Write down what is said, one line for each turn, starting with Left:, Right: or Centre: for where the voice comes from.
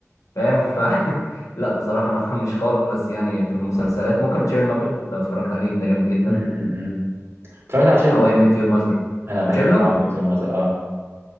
Left: فاهم ف <laughs> لا بصراحة أنا <laughs> مش خالص يعني في المسلسلات ممكن تشيرنوبل لو اتفرجت عليه ده جامد جدا
Right: أمم، أمم، أمم. اتفرجت على شيرلوك
Left: هواي ميت يور ماذر
Right: انا بحب
Left: تشيرلوك
Right: هاو اي ميت يور ماذر اه